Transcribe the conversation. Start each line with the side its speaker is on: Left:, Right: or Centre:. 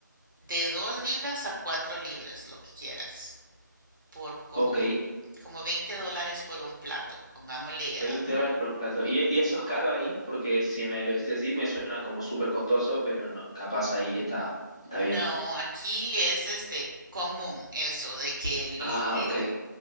Right: de dos libras a cuatro libras, lo que quieras, por como
Left: Ok,
Right: ve, como 20 dólares por un plato, pongámosle.
Left: 20
Right: a-
Left: dólares por un plato. ¿Y, y eso es caro ahí? Porque si me lo decís así, me suena como súper costoso, pero no, capaz ahí está, está
Right: No,
Left: bien.
Right: aquí es este común eso de que el
Left: Ah, ok.